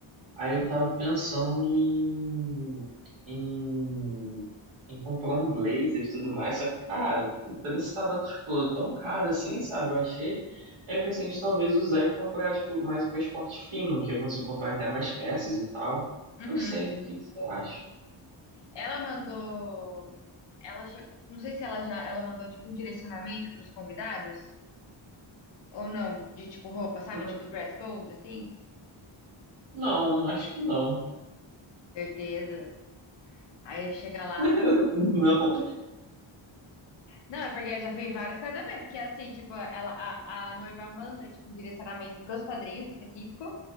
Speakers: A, on the right; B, on the left.
A: Aí eu tava pensando em, em, em comprar um blazer e tudo mais. Só que, cara, o preço tava, tipo, tão caro assim, sabe? Eu achei. Aí eu pensei em talvez usar e comprar, tipo, mais pra esporte fino, que eu consigo comprar até mais peças e tal.
B: Uhum.
A: Não sei, o que que você acha?
B: Ela mandou, ela che- não sei se ela já, ela mandou tipo um direcionamento para os convidados ou não, de tipo roupa,
A: Hum,
B: sabe? Tipo dress code assim?
A: Não, acho que não.
B: Certeza. Aí chega lá,
A: <laughs> Não.
B: Não, é porque eu já fui em vários casamentos, que é assim, tipo, ela, a, a noiva manda, tipo, um direcionamento pros padrinhos específico